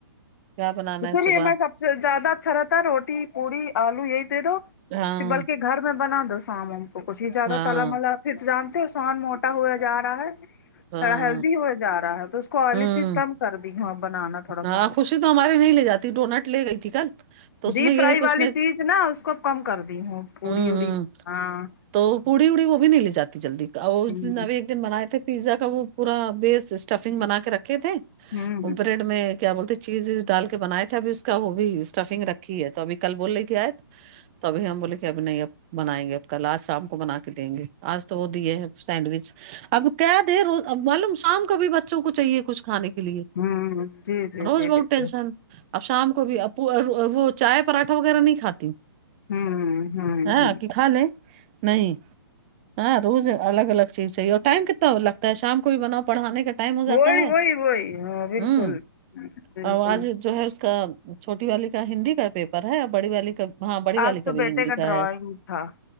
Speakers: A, on the right; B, on the left.
A: کیا بنانا
B: اسس
A: ہے
B: لیے
A: صبح
B: میں سب سے زیادہ اچھا رہتا روٹی پوڑی آلو یہی دے دو
A: ہاں
B: کہ بلکہ گھر میں بنا دو سامن کو کچھ ہی زیادہ
A: ہاں
B: تالا ملا پھر جانتے سوحان موٹا ہویا جا رہا ہے تھوڑا
A: ہاں
B: ہیلدی ہویا جارہا ہے تو اویلی
A: ہوں
B: چیز کم کر دی ہوں بنانا تھوڑا
A: ہاں
B: سا
A: خوشی تو ہمارے نہیں لے جاتی ڈونٹ لے گئی ٹھیک ہے تو اس
B: ڈیپ
A: میں یہ
B: فرائی
A: ہے کہ
B: والی
A: اس میں
B: چیز نا اس کو کم کر دی پوڑی
A: ہوں
B: وڑی
A: ہ
B: ہاں
A: تو پوڑی اڑی وہ بھی نی لے جات جلدی کا اور
B: ہوں
A: اس دن میں بھی ایک دن بنائے تھے پیزا کا وہ پورا بیس اسٹف فنگ بنا کے رکھے تھے اپ
B: ہوں
A: بڈ میں کیا بولتے چیز ڈال کے بنائے تھے ابھی اس کا وہ بھی اسٹفنگ رکھی ہے تو ابھی کل بول رہی تھی آئے تو ابھی ہم بولے کہ ابھی نہیں اب بنائیں گے اب کل آج شام کو بنا کے دیں گے آج تو وہ دیے ہے سینڈوچ اب کہہ دے رو معلوم شام کا بھی ب بچوں کو چاہیے کچھ کھانے کے لیے
B: ہوں جی جی
A: روز
B: جی
A: بہت
B: بالکل
A: ٹینشن اب شام کو بھی اب وہ چائے پراٹھا وغیرہ نہیں کھاتی
B: ہوں ہوں
A: ہ
B: ہوں
A: کہ کھا لے نہیں ہاں روز الگ الگ چیز چاہیے اور ٹائم کتتا لگتا ہے شام کو بھی بناؤ پڑھانے کا ٹائم ہو جاتا
B: وہی
A: ہے
B: وہی وہی ہاں بالکل
A: ہ
B: بالکل
A: آواز جو ہے اس کا چھوٹی والی کا ہندی کا پیپر ہے بڑی والی کا ہاں بڑی والی
B: آج
A: کا
B: تو
A: بھی
B: بیٹے
A: ہندی کا
B: ڈرائنگ
A: ہے
B: تھا